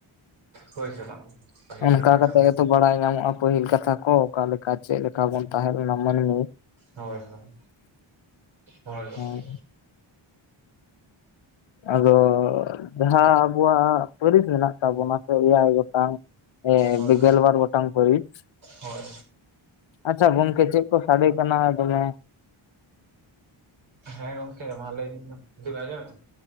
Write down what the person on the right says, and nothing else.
ᱦᱳᱭ ᱥᱮ ᱵᱟᱝ ᱯᱟᱹᱦᱤᱞ
ᱠᱟᱛᱷᱟ
ᱠᱟᱱᱟ
ᱥᱮ
ᱦᱳᱭ ᱦᱳᱭ ᱦᱳᱭ ᱜᱚᱝᱠᱮ
ᱦᱳᱭ
ᱦᱳᱭ
ᱦᱮᱸ ᱜᱚᱢᱠᱮ ᱢᱟ ᱞᱟᱹᱭ ᱵᱤᱱ ᱢᱟ ᱟᱸᱡᱚᱢᱮᱜ ᱟᱢ